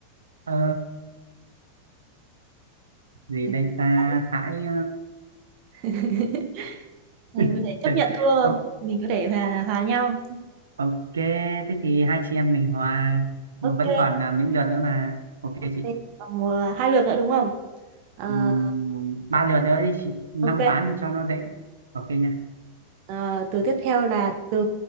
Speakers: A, on the right; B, on the right.
A: ờ, gì
B: Thừa
A: đây ta
B: thãi.
A: thãi
B: <laughs> Em
A: ờ, <laughs>
B: có thể chấp nhận thua không?
A: Ô-
B: Mình có thể hòa, hòa nhau.
A: ok thế thì hai chị em mình hòa
B: Ok,
A: mà vẫn còn à, những lượt nữa mà ok
B: ok.
A: chị
B: Còn một, hai lượt nữa đúng không? Ờ,
A: Ừm, ba lượt nữa đi chị năm
B: ok.
A: ván thì cho nó dễ ok nha
B: Ờ, từ tiếp theo là từ